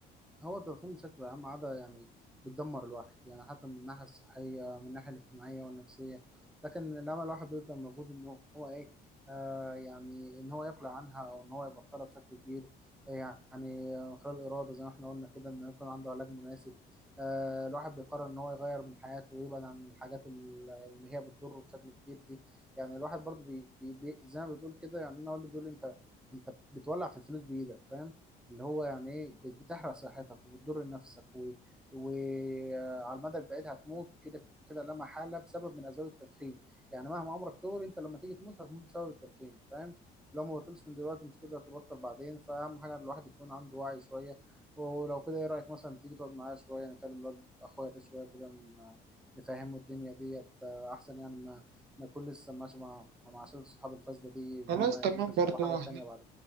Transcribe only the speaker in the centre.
هو التدخين بشكل عام عادة يعني بتدمر الواحد يعني حتى من الناحية الصحية من الناحية الاجتماعية والنفسية لكن لما الواحد بيبذل مجهود إن هو إيه آه يعني إن هو يقلع عنها أو إن هو يبطلها بشكل كبير آه، يعني آه، خلال الإرادة زي ما إحنا قلنا كده إنه يكون عنده علاج مناسب آه الواحد بيقرر إن هو يغير من حياته ويبعد عن الحاجات ال- اللي هي بتضره بشكل كبير دي يعني الواحد برضه بي بي بي- زي ما بتقول كده يعني أنا والدي بيقول لي أنت أنت بتولع في الفلوس بإيدك فاهم اللي هو يعني ايه بت- بتحرق صحتك وبتضر نفسك و... وعلى المدى البعيد هتموت كده كده لا محاله بسبب من اسباب التدخين يعني مهما عمرك طول انت لما تيجي تموت هتموت بسبب التدخين فاهم لو ما بطلش من دلوقتي مش تقدر تبطل بعدين فاهم حاجه الواحد يكون عنده وعي شويه ولو كده ايه رايك مثلا تيجي تقعد معايا شويه نكلم الواد اخويا ده شويه كده ن- نفهمه الدنيا ديت آه، احسن يعني ما ما يكون لسه ماشي مع مع شله صحاب الفاسده دي اللي
هم
ممكن يشربوا
حاجات تانية بعد